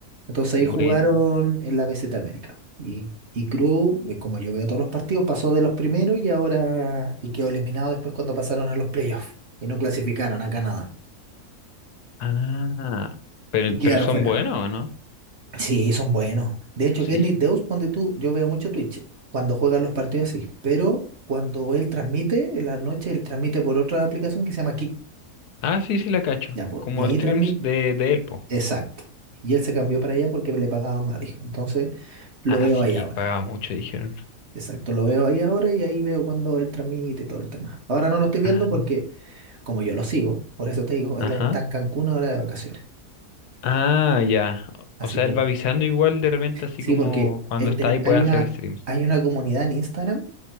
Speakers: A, on the right; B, on the left.
A: Entonces ahí
B: bueno.
A: jugaron en la BZ América. Y, y Cruz, ve- como yo veo todos los partidos, pasó de los primeros y ahora y quedó eliminado después cuando pasaron a los playoffs. Y no clasificaron a Canadá.
B: Ah, pero,
A: Y quedaron
B: pero son
A: fuera.
B: buenos, ¿o ¿no?
A: Sí, son buenos. De hecho,
B: Sí.
A: Kenny Deus, ponte tú, yo veo mucho Twitch cuando juegan los partidos así. Pero cuando él transmite, en la noche él transmite por otra aplicación que se llama Kick.
B: Ah, sí, sí la cacho.
A: Ya, po,
B: Como
A: y ahí
B: streams
A: transmite.
B: de, de Elpo.
A: Exacto. Y él se cambió para allá porque le pagaban más, dijo. Entonces lo
B: Ah,
A: veo
B: sí
A: ahí
B: que
A: ahora.
B: pagaba mucho, dijeron.
A: Exacto, lo veo ahí ahora y ahí veo cuando él transmite y todo el tema. Ahora no lo estoy viendo
B: Ah.
A: porque, como yo lo sigo, por eso te digo,
B: Ajá.
A: él está en Cancún ahora de vacaciones.
B: Ah, ya.
A: Así
B: O sea,
A: que,
B: él va avisando igual de repente, así
A: sí,
B: como
A: porque
B: cuando
A: él tiene-
B: está ahí puede
A: hay una,
B: hacer streams.
A: hay una comunidad en Instagram